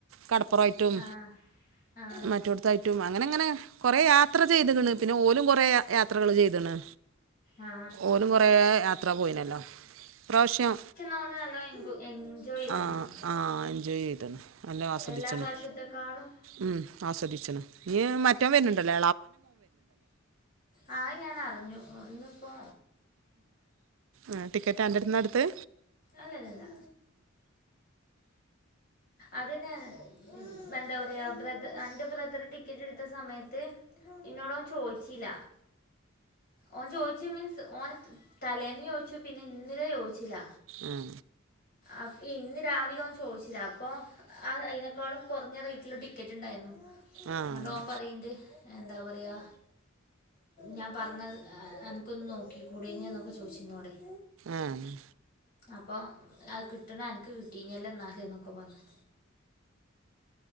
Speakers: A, on the right; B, on the left.
A: കടപ്പുറായിട്ടും
B: ആ ആ
A: മറ്റോട്ത്തായിട്ടും അങ്ങനെ അങ്ങനെ കൊറേ യാത്ര ചെയ്ത്ക്ക്ണ് പിന്നെ ഓലും കുറെേ യാത്രകള് ചെയ്ത്ണ്
B: ആ
A: ഓലും കുറേ യാത്ര പോയിനല്ലോ ഇപ്രാവശ്യം
B: അവന് നല്ലോണം എൻജോയ് ചെയ്തിട്ടുണ്ടെന്നാണ്
A: ആ ആ ജോയ് ചെയ്ത്ണ് നല്ലോം ആസ്വദിച്ച്ണ്
B: എല്ലാ പ്രാവശ്യത്തെക്കാളും
A: ഉം ആസ്വദിച്ച്ണ് ഞ്ഞി മറ്റോൻ വരുന്നുണ്ടല്ലേ
B: ആഹ് അയ്ഞാൻ അറിഞ്ഞു ഒന്നിപ്പോ
A: ആ ടിക്കറ്റ് അന്റെടുത്ത്ന്നാ എടുത്തേ?
B: അല്ലല്ലല്ല അതിനെ എന്താ പ ബ്ര അന്റെ ബ്രദർ ടിക്കറ്റ് എടുത്ത സമയത്ത് ഇന്നോട ഓൻ ചോയിച്ചില്ല ഓൻ ചോയ്ച്ചു മീൻസ് ഓൻ തലേന്ന് ചോയ്ച്ചു പിന്നെ ഇന്നലെ ചോദിച്ചില്ല
A: ഉം
B: അപ്പൊ ഇന്ന് രാവിലെ ഓൻ ചോയ്ച്ചിലാ അപ്പൊ അ അയ്നേക്കാളും കുറഞ്ഞ റേറ്റിൽ ടിക്കറ്റ് ണ്ടായിനു
A: ആഹ്
B: ന്നട്ടോൻ പറയിണ്ട് എന്താ പറയുക ഞാൻ പറഞ്ഞത് അനക്കൊന്ന് നോക്കി കൂടായിനോ ന്നൊക്കെ ചോയ് ച്ചു ഇന്നോടെയ്
A: ആഹ്
B: അപ്പൊ ആ കിട്ടണ അനക്ക് കിട്ടീനല്ലോ ന്നാല്ന്നൊ ഒക്കെ പറഞ്ഞ്